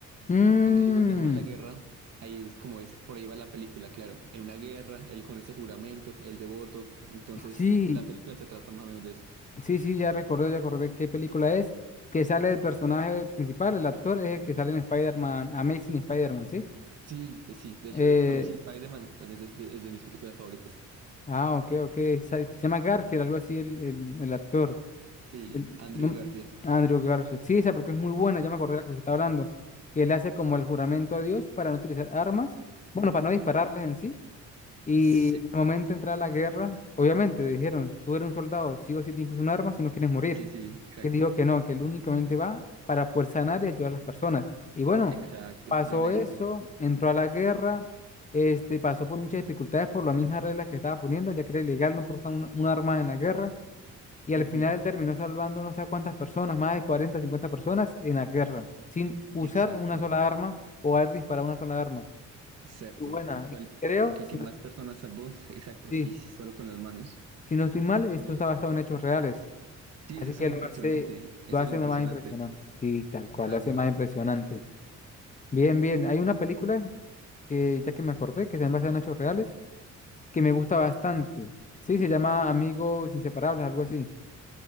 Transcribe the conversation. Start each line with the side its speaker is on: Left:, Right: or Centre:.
Left: Mmm.
Right: Cuando llegó el tema de la guerra, ahí es como es, por ahí va la película, claro. En una guerra, él con ese juramento, el devoto. Entonces,
Left: sí,
Right: la película se trata más o menos de eso.
Left: Sí, sí, ya recordé, ya acordé qué película es, que sale el personaje principal, el actor es el que sale en Spider-Man, Amazing Spider-Man, ¿sí?
Right: Sí, de- sí. De hecho,
Left: Eh,
Right: a mí sí, Spider-Man también es de, es de mis películas favoritas.
Left: ah, ok, ok, sa- se llama Garfield, algo así el, el, el actor,
Right: Sí,
Left: el-
Right: Andrew
Left: no-
Right: Garfield.
Left: Andrew Garfield. Sí, esa porque es muy buena, ya me acordé de la que usted está hablando, que él hace como el juramento a Dios para no utilizar armas, bueno, para no dispararlas en sí, y
Right: Sí,
Left: al momento de entrar a la guerra, obviamente dijeron, tú eres un soldado, sí o sí tienes que usar un arma si no quieres morir.
Right: sí, sí, exacto.
Left: que dijo que no, que él únicamente va para poder sanar y ayudar a las personas. Y bueno,
Right: Exacto,
Left: pasó
Right: de médico.
Left: eso, entró a la guerra, este, pasó por muchas dificultades por las mismas reglas que estaba poniendo, ya que era ilegal no portar un, un arma en la guerra. Y al
Right: Ujú,
Left: final él terminó salvando no sé a cuántas personas, más de 40 50 personas en la guerra, sin usar
Right: Exacto.
Left: una sola arma o haber disparado una sola arma.
Right: Exacto.
Left: Muy Buena,
Right: Fue
Left: y
Right: el,
Left: creo,
Right: el
Left: si
Right: que más
Left: no,
Right: personas salvó, sí, exacto,
Left: sí,
Right: y solo con las manos.
Left: si no estoy mal, esto está basado en hechos reales.
Right: Sí,
Left: Así
Right: eso
Left: que
Right: es lo
Left: lo
Right: impresionante,
Left: hace,
Right: eso
Left: lo hace
Right: es lo impresionante,
Left: más impresionante. Sí, tal cual,
Right: exacto.
Left: lo hace más impresionante. Bien, bien. Hay una película que ya que me acordé, que se basa en hechos reales, que me gusta bastante. Sí, se llama Amigos Inseparables, algo así.